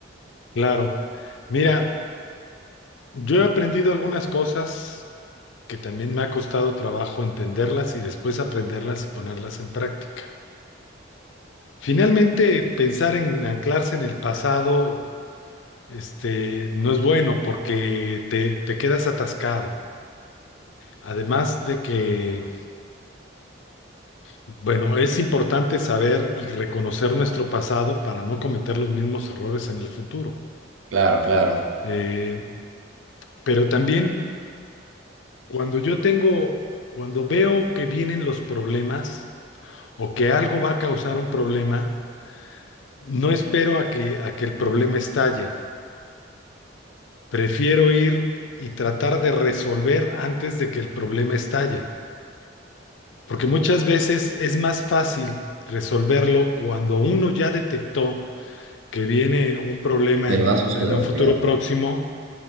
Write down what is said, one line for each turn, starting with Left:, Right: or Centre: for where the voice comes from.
Left: claro. Mira, yo he aprendido algunas cosas que también me ha costado trabajo entenderlas y después aprenderlas y ponerlas en práctica. Finalmente, pensar en anclarse en el pasado, este, no es bueno porque te, te quedas atascado. Además de que, bueno, es importante saber y reconocer nuestro pasado para no cometer los mismos errores en el futuro.
Right: Claro, claro.
Left: Eh, pero también Cuando yo tengo, cuando veo que vienen los problemas o que algo va a causar un problema, no espero a que, a que el problema estalle. Prefiero ir y tratar de resolver antes de que el problema estalle. Porque muchas veces es más fácil resolverlo cuando uno ya detectó que viene un problema
Right: Que
Left: en el,
Right: va a suceder,
Left: en un futuro
Right: claro.
Left: próximo.